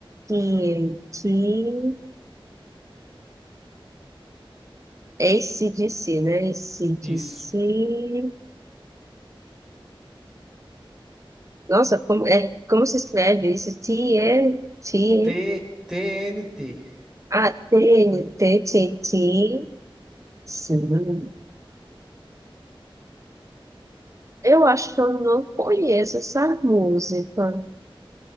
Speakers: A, on the right; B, in the centre.
A: Que, que... AC/DC, né? AC/DC.
B: Isso.
A: Nossa, como, é, como se escreve isso? t e t
B: T TNT.
A: A T-N-T-T-T. Sim. Eu acho que eu não conheço essa música.